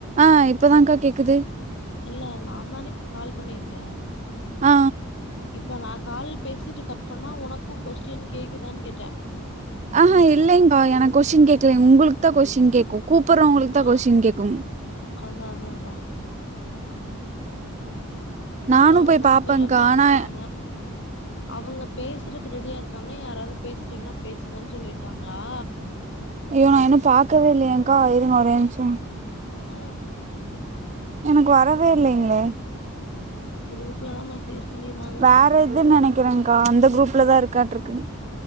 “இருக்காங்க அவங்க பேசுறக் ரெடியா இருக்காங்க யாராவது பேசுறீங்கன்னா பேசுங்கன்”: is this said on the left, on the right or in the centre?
Left